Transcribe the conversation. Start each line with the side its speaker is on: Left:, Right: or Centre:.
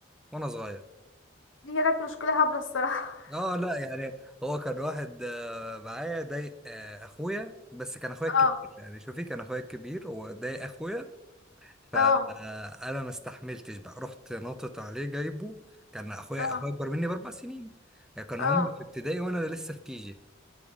Centre: وأنا صغير
Left: دي كانت مشكلة هبلة الصراحة
Centre: اه لا يعني هو كان واحد آه، معايا ضايق آه، اخويا بس كان
Left: <laughs>
Centre: اخويا الكبير
Left: اه
Centre: يعني شوفي كان اخويا الكبير وضايق اخويا فانا
Left: اه
Centre: ما استحملتش بقى رحت نطت عليه جايبه كان اخويا
Left: اه
Centre: اخويا اكبر مني باربع سنين يعني كان
Left: اه
Centre: هم في ابتدائي وانا لسه في كيجي